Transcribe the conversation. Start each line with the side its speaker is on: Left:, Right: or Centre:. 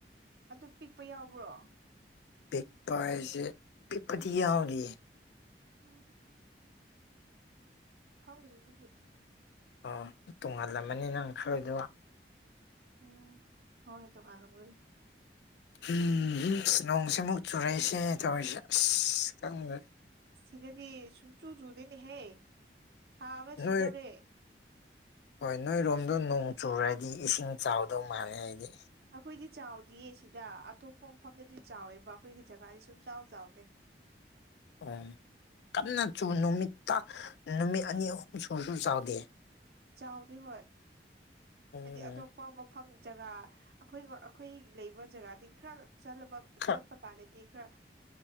Right: ꯑꯗꯨ ꯄꯤꯛꯄ ꯌꯥꯎꯕ꯭ꯔꯣ
Left: ꯄꯤꯛꯄ ꯍꯥꯏꯁꯦ ꯄꯤꯛꯄꯗꯤ ꯌꯥꯎꯗꯤꯌꯦ
Right: ꯑꯣ ꯈꯪꯗ꯭ꯔꯦ ꯑꯗꯨꯤꯗꯤ
Left: ꯑꯣ ꯇꯣꯡꯉꯍꯜꯂꯝꯃꯅꯤ ꯅꯪ ꯈꯜꯂꯨꯏꯗꯨꯒ
Right: ꯎꯝ ꯍꫭꯏ ꯇꯣꯉꯥꯜꯂꯝꯒꯗꯤ
Left: ꯎꯝ ꯑꯁ ꯅꯣꯡꯁꯤꯃꯨꯛ ꯆꯨꯔꯛꯏꯁꯦ ꯇꯧꯔꯤꯁꯦ ꯑꯁ ꯈꯪꯗ
Right: ꯁꯤꯗꯗꯤ ꯁꯨꯡꯆꯨ ꯆꯨꯗꯣꯏꯅꯦꯍꯦ ꯁꯥꯕ ꯁꯤꯗꯧꯔꯦ
Left: ꯅꯣꯏ ꯍꯣꯏ ꯅꯣꯏꯔꯣꯝꯗꯣ ꯅꯣꯡ ꯆꯨꯔꯗꯤ ꯏꯁꯤꯡ ꯆꯥꯎꯗꯧ ꯃꯥꯜꯂꯦ ꯍꯥꯏꯗꯤ
Right: ꯑꯩꯈꯣꯏꯗꯤ ꯆꯥꯎꯗꯤꯌꯦ ꯁꯤꯗ ꯑꯇꯣꯞꯄ ꯃꯐꯝꯗꯗꯤ ꯆꯥꯎꯋꯦꯕ ꯑꯩꯈꯣꯏꯒꯤ ꯖꯒꯥꯗꯤ ꯁꯨꯝ ꯆꯥꯎ ꯆꯥꯎꯗꯦ <inaudible>
Left: ꯎꯝ ꯀꯟꯅ ꯅꯨꯃꯤꯠꯇ ꯅꯨꯃꯤꯠ ꯑꯅꯤ ꯑꯍꯨꯝ ꯁꯨꯁꯨ ꯆꯥꯎꯗꯦ
Right: ꯆꯥꯎꯗꯤ ꯍꯣꯏ
Left: ꯎꯝ
Right: ꯍꯥꯏꯗꯤ ꯑꯇꯣꯞꯄ ꯃꯐꯝ ꯖꯒꯥ ꯑꯩꯈꯣꯏ ꯑꯩꯈꯣꯏ ꯂꯩꯕ ꯖꯒꯥꯗꯤ ꯈꯔ ꯆꯠꯄ
Left: ꯈꯔ
Right: ꯆꯠꯄ ꯄꯀꯥꯟꯅꯦꯗꯤ ꯈꯔ